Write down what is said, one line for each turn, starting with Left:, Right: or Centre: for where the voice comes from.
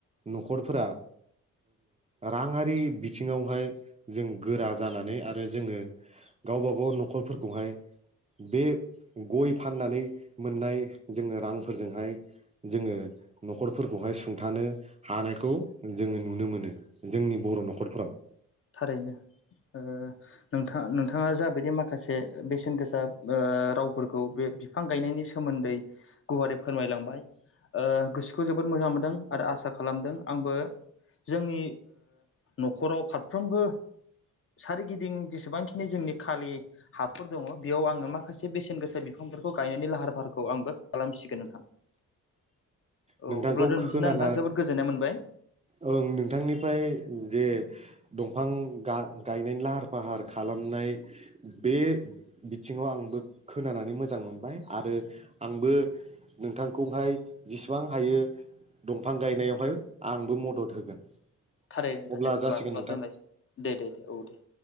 Right: न'खरफोरा राङारि बिथिङावहाय जों गोरा जानानै आरो जोङो गावबा गाव न'खरफोरखौहाय बे गय फाननानै मोननाय जोंनो रांफोरजोंहाय जोङो न'खरफोरखौहाय सुंथानो हानायखौ जोङो नुनो मोनो जोंनि बर' न'खरफ्राव
Left: थारैनो ओ नोंथां नोंथाङा जाबायदि माखासे बेसेन गोसा रावफोरखौ बे बिफां गायनायनि सोमोन्दै गुवारै फोरमायलांबाय गोसोखौ जोबोद मोजां मोनदों आरो आसा खालामदों आंबो जोंनि न'खराव फारफ्रोमबो सोरगिदिं जेसेबांखिनि जोंनि खालि हाफोर दंङो बेयाव आंङो माखासे बेसेन गोसा बिफांफोरखौ गायनायनि लाहार फाहारखौ आंबो खालामसिगोन नोंथां औ
Right: नोंथांखौ
Left: अब्ला दोनथ'सै
Right: खोनाना
Left: ना नोंथां जोबोद गोजोननाय मोनबाय
Right: ओं नोंथांनिफ्राय जे दंफां गायनायनि लाहार फाहार खालामनाय बे बिथिंङाव आंबो खोनानानै मोजां मोनबाय आरो आंबो नोंथांखौहाय बिबां हायो दंफां गायनायावहाय आंबो मदद होगोन
Left: थारै नोंथां
Right: अब्ला
Left: दे होमबा
Right: जासिगोन
Left: अब्ला
Right: नोंथां
Left: दोनलायसै दे दे दे औ दे